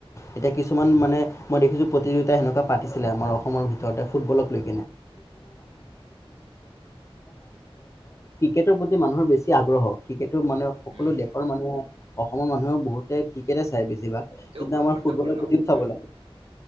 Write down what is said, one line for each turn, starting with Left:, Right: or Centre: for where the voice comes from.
Left: এতিয়া কিছুমান মানে মই দেখিছোঁ প্ৰতিযোগিতা সেনেকুৱা পাতিছিলে আমাৰ অসমৰ ভিতৰতে ফুটবলক লৈ- কিন্তু আগ্ৰহ ক্ৰিকেতটো মানে সকলো
Right: উম
Left: দেশৰ মানুহে অসমৰ মানুহেও বহুতে ক্ৰিকেট চাই বেছিভাগ
Right: সেইটোও
Left: কিন্তু
Right: বহুত
Left: আমাৰ
Right: গুৰুত্বপূৰ্ণ
Left: ফুটবলৰ প্ৰতিও চাব
Right: উম
Left: লাগে।